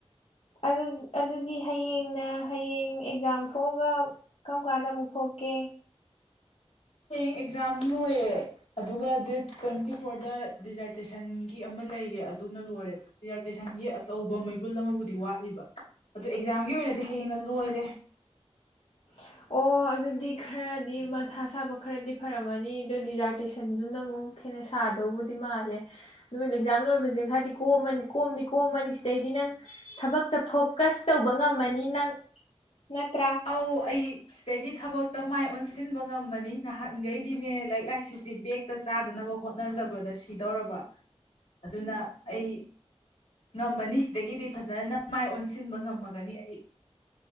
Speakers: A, on the left; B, on the left.
A: ꯑꯗꯨ ꯑꯗꯨꯗꯤ ꯍꯌꯦꯡꯅ ꯍꯌꯦꯡ ꯑꯦꯛꯖꯥꯝ ꯊꯣꯛꯑꯒ ꯀꯝ ꯀꯥꯟꯗ ꯑꯃꯨꯛ ꯊꯣꯛꯀꯦ
B: ꯍꯌꯦꯡ ꯑꯦꯛꯖꯥꯝ ꯂꯣꯏꯔꯦ ꯑꯗꯨꯒ ꯗꯦꯠ ꯇ꯭ꯋꯦꯟꯇꯤ ꯐꯣꯔꯗ ꯗꯤꯖꯥꯔꯇꯦꯁꯟꯒꯤ ꯑꯃ ꯂꯩꯔꯦ ꯑꯗꯨꯅ ꯂꯣꯏꯔꯦ ꯗꯤꯖꯥꯔꯇꯦꯁꯟꯒꯤ ꯑꯆꯧꯕ ꯃꯩꯕꯨꯜ ꯑꯃꯕꯨꯗꯤ ꯋꯥꯠꯂꯤꯕ ꯑꯗꯣ ꯑꯦꯛꯖꯥꯝꯒꯤ ꯑꯣꯏꯅꯗꯤ ꯍꯌꯦꯡꯅ ꯂꯣꯏꯔꯦ
A: <inaudible> ꯑꯣ ꯑꯗꯨꯗꯤ ꯈꯔꯗꯤ ꯃꯊꯥ ꯁꯥꯕ ꯈꯔꯗꯤ ꯐꯔꯝꯃꯅꯤ ꯑꯗꯣ ꯗꯤꯖꯥꯔꯇꯦꯁꯟꯗꯨꯅ ꯑꯃꯨꯛ ꯍꯦꯟꯅ ꯁꯥꯗꯧꯕꯨꯗꯤ ꯃꯥꯜꯂꯦ ꯅꯨꯃꯤꯠ ꯑꯦꯛꯖꯥꯝ ꯂꯣꯏꯕꯖꯦ ꯈꯔꯗꯤ ꯀꯣꯝꯃꯅꯤ ꯀꯣꯝꯗꯤ ꯀꯣꯝꯃꯅꯤ ꯁꯤꯗꯩꯗꯤ ꯅꯪ ꯊꯕꯛꯇ ꯐꯣꯀꯁ ꯇꯧꯕ ꯉꯝꯃꯅꯤ ꯅꯪ ꯅꯠꯇ꯭ꯔꯥ
B: ꯑꯧ ꯑꯩ ꯁꯤꯗꯩꯗꯤ ꯊꯕꯛꯇ ꯃꯥꯏ ꯑꯣꯟꯁꯤꯟꯕ ꯉꯝꯃꯅꯤ ꯅꯍꯥꯟꯒꯩꯗꯤꯅꯦ ꯂꯥꯏꯔꯤꯛ ꯂꯥꯏꯁꯨꯁꯤ ꯕꯦꯒ ꯇꯣ ꯆꯥꯗꯅꯕ ꯍꯣꯠꯅꯖꯕꯗ ꯁꯤꯗꯧꯔꯕ ꯑꯗꯨꯅ ꯑꯩ ꯉꯝꯃꯅꯤ ꯁꯤꯗꯒꯤꯗꯤ ꯐꯖꯅꯞ ꯃꯥꯏ ꯑꯣꯟꯁꯤꯟꯕ ꯉꯝꯃꯒꯅꯤ ꯑꯩ